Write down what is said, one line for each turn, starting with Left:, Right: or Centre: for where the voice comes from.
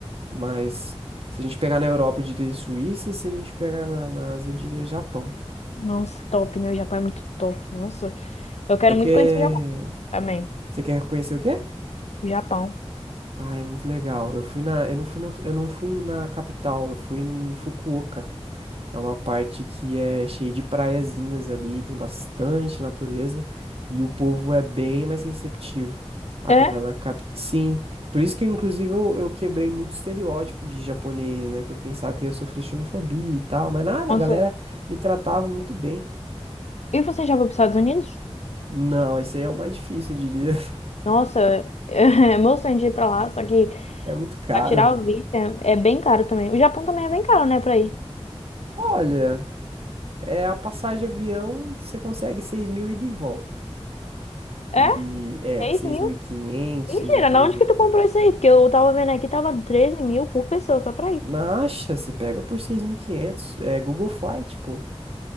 Right: Mas se a gente pegar na Europa, eu diria Suíça, e se a gente pegar na, na Ásia, eu diria Japão.
Left: nossa, top, né? O Japão é muito top, nossa. Eu quero
Right: É que.
Left: muito
Right: é-
Left: conhecer o Japão também.
Right: Você quer conhecer o quê?
Left: Japão.
Right: Ah, é muito legal. Eu fui na, eu não fui na, eu não fui na capital, eu fui em Fukuoka. É uma parte que é cheia de praiazinhas ali, tem bastante natureza e o povo é bem mais receptivo. Agora
Left: É?
Right: na capital, sim. Por isso que inclusive eu, eu quebrei muito estereótipo de japonês, né? Que eu pensava que eu ia sofrer xenofobia e tal, mas nada,
Left: Nossa.
Right: a galera me tratava muito bem.
Left: E você já foi para os Estados Unidos?
Right: Não, esse aí é o mais difícil, eu diria. <laughs>
Left: Nossa, <laughs> é emocionante ir pra lá, só que
Right: É muito caro.
Left: pra tirar o visto é, é bem caro também. O Japão também é bem caro, né, pra ir.
Right: Olha. É a passagem de avião, você consegue 6 mil e de volta.
Left: É?
Right: E é,
Left: 6 mil?
Right: 6.500,
Left: Mentira,
Right: trezentos
Left: na onde que tu comprou isso aí? Porque eu tava vendo aqui, tava treze mil por pessoa, só pra ir.
Right: Na Acha, você pega por seis mil e quinhentos É Google Flight, pô.